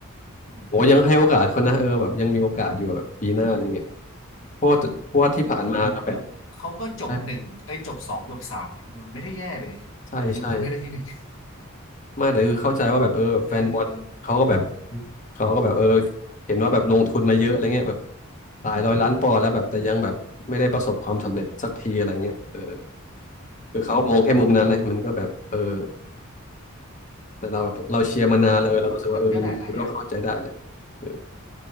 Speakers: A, on the left; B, on the left.
A: อืม
B: โหยังให้โอกาสเขานะเออแบบยังมีโอกาสอยู่อะแบบปีหน้าอะไรเงี้ยเพราะว่าเพราะว่าที่ผ่านมาก็แบบ
A: ก็คือแบบเขาก็จบหนึ่งไอ้ยจบสองจบสามมันไม่ได้แย่เลยแต่คือมันไม่ได้ที่หนึ่ง
B: ใช่ใช่ใช่ ไม่แต่คือเข้าใจว่าแบบเออแฟนบอลเขาก็แบบ
A: เออ
B: เขาก็แบบเออเห็นว่าแบบลงทุนมาเยอะอะไรเงี้ยแบบหลายร้อยล้านปอนด์แล้วแบบแต่ยังแบบไม่ได้ประสบความสำเร็จสักทีอะไรเงี้ยเออคือเขามองแค่มุมนั้นเลยมันก็แบบเออแต่เราแบบเราเชียร์มานานแล้วเออเรารู้สึกว่าเออมันมันก็เข้าใจได้แหละเออ
A: อืมมันมันก็ได้หลายอย่าง